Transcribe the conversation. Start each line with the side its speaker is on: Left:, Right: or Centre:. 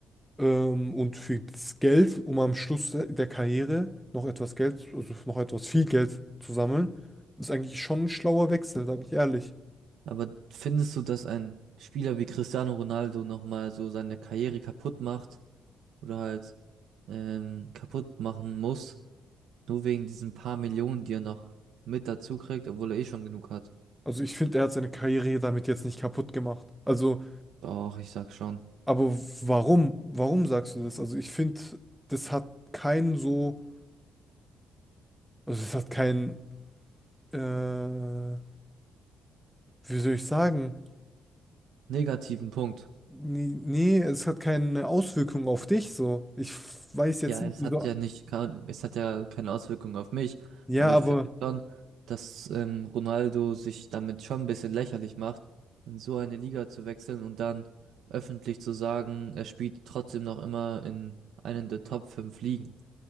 Centre: Ähm, und für das Geld, um am Schluss der der Karriere noch etwas Geld, also noch etwas viel Geld zu sammeln, ist eigentlich schon ein schlauer Wechsel, sage ich ehrlich.
Right: Aber findest du, dass ein Spieler wie Cristiano Ronaldo nochmal so seine Karriere kaputt macht oder halt ähm, kaputt machen muss, nur wegen diesen paar Millionen, die er noch mit dazu kriegt, obwohl er eh schon genug hat?
Centre: Also ich finde, er hat seine Karriere damit jetzt nicht kaputt gemacht. Also,
Right: Doch, ich sag schon.
Centre: aber warum? Warum sagst du das? Also ich finde, das hat keinen so, also es hat keinen äh, wie soll ich sagen?
Right: Negativen Punkt.
Centre: Nee, nee, es hat keine Auswirkung auf dich so. Ich weiß jetzt
Right: Ja, es
Centre: nicht, wieso.
Right: hat ja nicht, kein- es hat ja keine Auswirkung auf mich,
Centre: Ja,
Right: aber
Centre: aber
Right: ich finde schon, dass ähm, Ronaldo sich damit schon ein bisschen lächerlich macht, in so eine Liga zu wechseln und dann öffentlich zu sagen, er spielt trotzdem noch immer in einen der Top 5 Ligen.